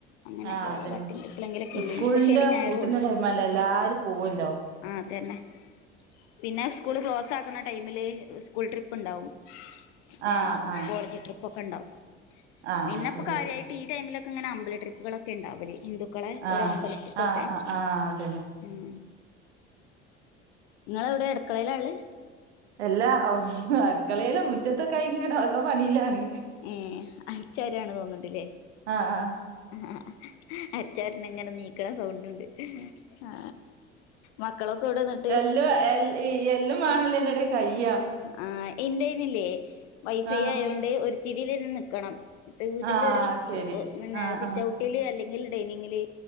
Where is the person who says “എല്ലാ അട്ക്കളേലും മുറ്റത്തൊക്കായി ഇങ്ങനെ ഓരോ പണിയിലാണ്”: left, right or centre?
Right